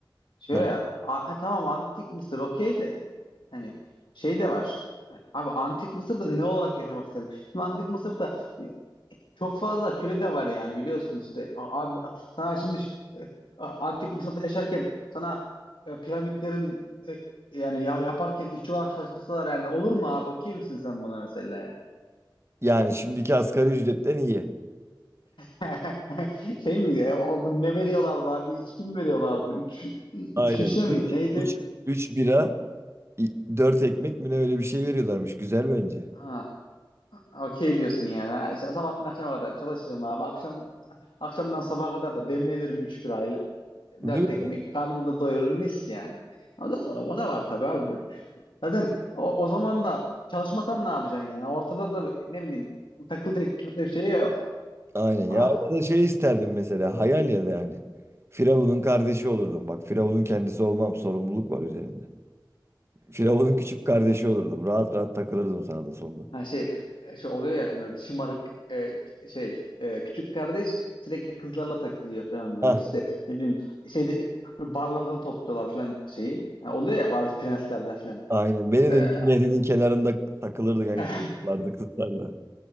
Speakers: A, on the left; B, on the right.
A: Şöyle
B: Heh.
A: a- ha, tamam antik Mısır okey de hani şey de var. Abi antik Mısır'da ne olarak yaşamak istedin? Şimdi antik Mısır'da çok fazla köle de var yani biliyorsun işte. A- Abi sana şimdi ş- e, a- antik Mısır'da yaşarken sana e, piramitlerin e, yani ya, yaparken işçi olarak çalıştırsalar yani olur mu abi? Okey misin sen buna mesela? yani?
B: Yani şimdiki asgari ücretten iyi.
A: <laughs> Şey miydi ya? Oldu, ne veriyorlardı abi? İçki mi veriyorlardı? Üç, üç
B: Aynen.
A: şişe miydi?
B: üç
A: Neydi?
B: üç üç bira 4 ekmek mi ne öyle bir şey veriyorlarmış. Güzel bence.
A: Ha, Okey diyorsun yani. Ha, işte sabahtan akşama kadar çalışırım abi. Akşam akşamdan sabaha kadar da demlenirim 3 birayla.
B: Değil
A: 4 ekmek
B: mi?
A: karnımı da doyururum mis yani. O da, o da var tabii abi. Zaten o, o zaman da çalışmasan ne yapacaksın yani? Ortada da ne bileyim takılacak çok da bir şey yok.
B: Aynen.
A: Ha,
B: Ya ya da şey isterdim mesela. Hayal ya da yani. Firavun'un kardeşi olurdum. Bak Firavun'un kendisi olmam. Sorumluluk var üzerinde. Firavun'un küçük kardeşi olurdum. Rahat rahat takılırdım sağda solda.
A: ha şey şey oluyor ya filmlerde şımarık e, şey e, küçük kardeş sürekli kızlarla takılıyor falan böyle
B: Hah,
A: işte ne bileyim şeyde böyle barlardan topluyorlar falan şeyi. Ha, oluyor ya bazı prenslerde
B: aynen. Beni
A: Ee,
B: de Nil Nehri'nin kenarında takılırdık. Yani,
A: <laughs>
B: kızlarla. kızlarla.